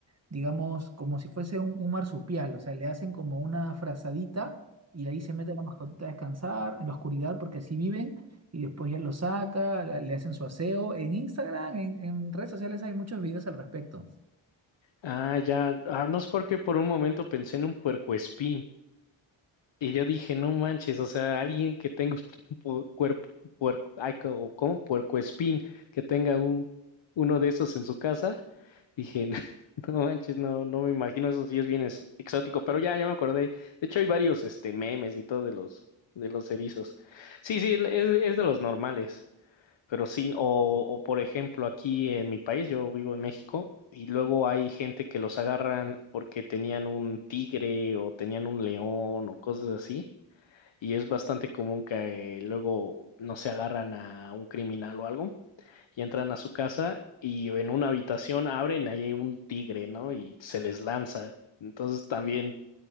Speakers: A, on the right; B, on the left.
A: digamos, como si fuese un, un marsupial, o sea, le hacen como una frazadita y ahí se mete la mascotita a descansar en la oscuridad porque así viven y después ya lo saca, la- le hacen su aseo. En Instagram, en, en redes sociales hay muchos videos al respecto.
B: Ah, ya, ah, no es porque por un momento pensé en un puercoespín y yo dije, no manches, o sea, alguien que tenga <laughs> un pu- cuerpo, puerco, ay, co- ¿cómo? Puercoespín, que tenga un, uno de esos en su casa, dije, <laughs> no manches, no, no me imagino, eso sí es bien ex- exótico, pero ya, ya me acordé, de hecho hay varios, este, memes y todo de los, de los erizos, sí, sí, es, es de los normales, pero sí, o, o por ejemplo, aquí en mi país, yo vivo en México, y luego hay gente que los agarran porque tenían un tigre o tenían un león o cosas así. Y es bastante común que eh, luego no se agarran a un criminal o algo y entran a su casa y en una habitación abren, ahí hay un tigre, ¿no? Y se les lanza. Entonces también